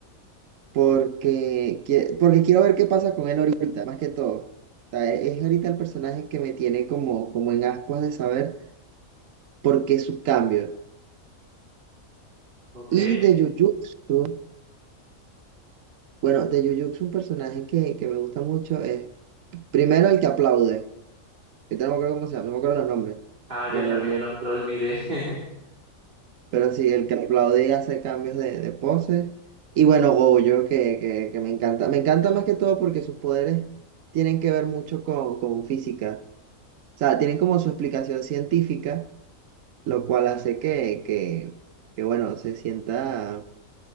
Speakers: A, on the right (about 70°); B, on the right (about 40°).
A: porque, quie- porque quiero ver qué pasa con él ahorita, más que todo. O sea, e- es ahorita el personaje que me tiene como, como en ascuas de saber por qué su cambio.
B: Ok.
A: Y de Jujutsu, bueno, de Jujutsu un personaje que, que me gusta mucho es, primero el que aplaude, que no me acuerdo cómo se llama, no me acuerdo los nombres,
B: Ah,
A: pero,
B: ya también
A: no- no,
B: lo, lo olvidé. <laughs>
A: pero sí, el que aplaude y hace cambios de, de poses. Y bueno, Gojo, que, que, que me encanta. Me encanta más que todo porque sus poderes tienen que ver mucho con, con física. O sea, tienen como su explicación científica, lo cual hace que, que, que, bueno, se sienta,